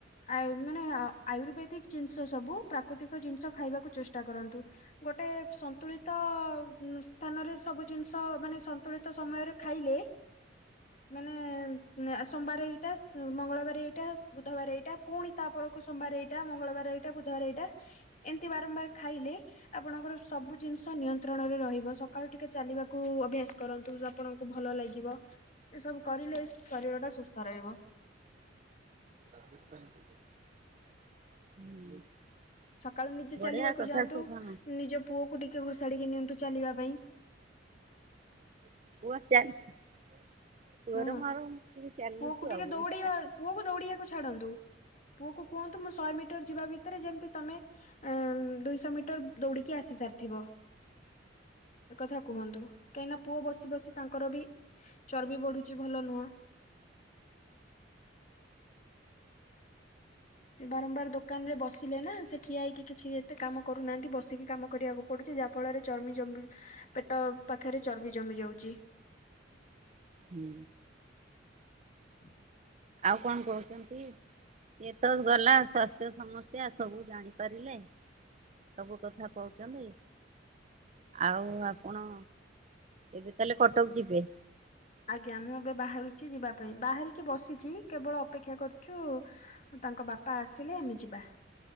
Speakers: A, on the left (about 40°); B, on the right (about 40°).
A: ଅ ମାନେ ଆ ଆୟୁର୍ବେଦିକ ଜିନିଷ ସବୁ ପ୍ରାକୃତିକ ଜିନିଷ ଖାଇବାକୁ କୁ ଚେଷ୍ଟା କରନ୍ତୁ। ଗୋଟେ ସନ୍ତୁଳିତ ମ ସ୍ଥାନରେ ସବୁ ଜିନିଷ ମାନେ ସନ୍ତୁଳିତ ସମୟରେ ଖାଇଲେ। <inaudible> ମାନେ ଉମ ସୋମବାର ଏଇଟା ମଙ୍ଗଳବାର ଏଇଟା ବୁଧବାର ଏଇଟା ପୁଣି ତାପରେ ସୋମବାର ଏଇଟା ମଙ୍ଗଳବାର ଏଇଟା ବୁଧବାର ଏଇଟା ଏମିତି ବାରମ୍ବାର ଖାଇଲେ। ଆପଣଙ୍କର ସବୁ ଜିନିଷ ନିୟନ୍ତ୍ରଣରେ ରହିବ ସକାଳୁ ଟିକେ ଚାଲିବାକୁ ଅଭ୍ୟାସ କରନ୍ତୁ ଆପଣଙ୍କୁ ଭଲ ଲାଗିବ ଏ ସବୁ କରିଲେ ଶରୀର ଟା ସୁସ୍ଥ ରହିବ।
B: <inaudible>
A: ସକାଳୁ ନିଜେ ଚାଲିବାକୁ
B: ବଢିଆ କଥା
A: ଯାଆନ୍ତୁ
B: ସବୁ
A: ନିଜ ପୁଅକୁ ଟିକେ ଘୋଷାଡିକି ନିଅନ୍ତୁ ଚାଲିବା ପାଇଁ
B: <unintelligible> ପୁଅର
A: ହଁ
B: ମୋର ମିଶିକି ଚାଲୁଛୁ
A: ପୁଅକୁ ଟିକେ
B: ଆଉ
A: ଦୌଡେଇବା
B: ଏଇ ପାଖାପାଖି
A: ପୁଅକୁ ଦୌଡିବାକୁ ଛାଡନ୍ତୁ। ପୁଅ କୁ କୁହନ୍ତୁ ମୁଁ ଶହେ ମିଟର ଯିବା ଭିତରେ ଯେମିତି ତମେ ଉମ ଦୁଇଶହ ମିଟର ଦୌଡିକି ଆସି ସା ଥିବ ଏକଥା କୁହନ୍ତୁ କାହିଁକିନା ପୁଅ ବସି ବସି ତାଙ୍କର ବି ଚର୍ବି ବଢୁ ଭଲ ନୁହଁ। ସେ ବାରମ୍ବାର ଦୋକାନରେ ବସ ଥିଲେ ନା ସେ ଠିଆ ହେଇକି କିଛି ଏତେ କାମ କରୁନାହାନ୍ତି ବସିକି କାମ କରିବାକୁ ପଡୁଛି ଯାହା ଫଳରେ ଚର୍ମି ଜ ପେଟ ପାଖରେ ଚର୍ବି ଜମି ଯାଉଛି।
B: ହଁ।
A: <inaudible>
B: ଆଉ କଣ କହୁଛନ୍ତି? ଏ ତ ଗଲା ସ୍ୱାସ୍ଥ୍ୟ ସମସ୍ୟା ସବୁ ଜାଣିପାରିଲେ। ସବୁ କଥା କହୁଛନ୍ତି। ଆଉ ଆପଣ ଏବେ ତାହେଲେ କଟକ ଯିବେ।
A: ଆଜ୍ଞା ମୁଁ ଏବେ ବାହାରୁଛି ଯିବା ପାଇଁ ବାହାରିକି ବସିଛି କେବଳ ଅପେକ୍ଷା କରୁଛୁ। ତାଙ୍କ ବାପା ଆସିଲେ ଆମେ ଯିବା।